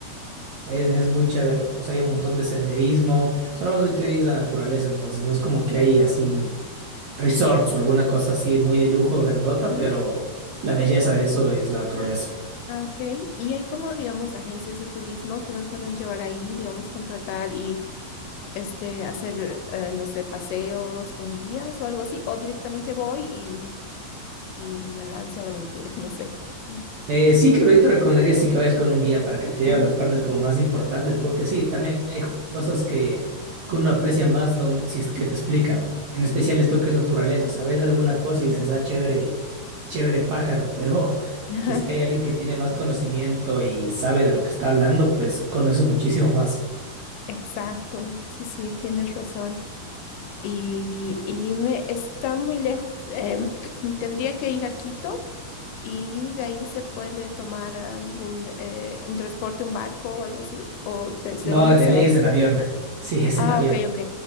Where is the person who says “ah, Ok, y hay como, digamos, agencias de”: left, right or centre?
Left